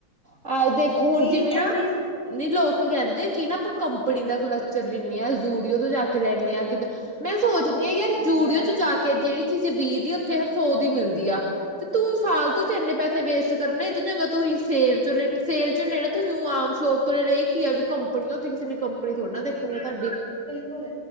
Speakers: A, on the right; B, in the centre.
A: ਆਹ ਦੇਖੋ ਹੁਣ
B: ਵੀ
A: ਜਿਵੇਂ ਨਾ
B: ਇੰਨੇ ਚ
A: ਨੀ ਲੋਕ ਕਹਿੰਦੇ ਕਿ ਨਾ ਕੰਪਨੀ ਦਾ ਕੁਲੱਚਰ ਲੇਨੇ ਆਂ ਜ਼ੂਡੀ ਤੋਂ ਜਾ ਕੇ ਲੈਣੇ ਆਂ ਕਿਦੋਂ, ਮੈਂ ਸੋਚਦੀ ਹਾਂ ਯਾਰ ਜੂਡੀਓ
B: ਵਗੈਰਾ
A: ਚ ਜਾ ਕੇ ਕੇ ਜਿਹੜੀ ਚੀਜ਼ ਵੀਹ ਦੀ ਉੱਥੇ ਹ ਸੋ ਦੀ ਮਿਲਦੀ ਆ। ਤੇ ਤੂੰ ਫਾਲਤੂ ਚ ਇੰਨੇ ਪੈਸੇ ਵੇਸਟ ਕਰਨੇ ਤੇ ਇਹ ਤੋਂ ਚੰਗਾ ਤੂਹੀ ਸੇਲ ਚਲੋ ਸੇਲ ਚ ਲੈਣਾ ਤੂੰ ਉਹ ਆਮ ਸ਼ੋਪ ਤੋਂ ਲੇ ਏ ਕੀ ਆ। ਕੰਪਨੀ ਉੱਥੇ ਕਿਸੇ ਨੇ ਕੰਪਨੀ ਥੋੜ ਨਾ ਦੇਖਣੀ ਆ ਤੁਹਾਡੀ।
B: ਕੁੁੱਲ